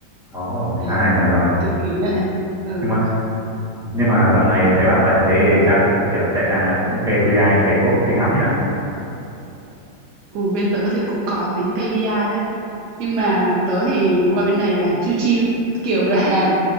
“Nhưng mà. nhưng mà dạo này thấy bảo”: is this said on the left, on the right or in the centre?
Centre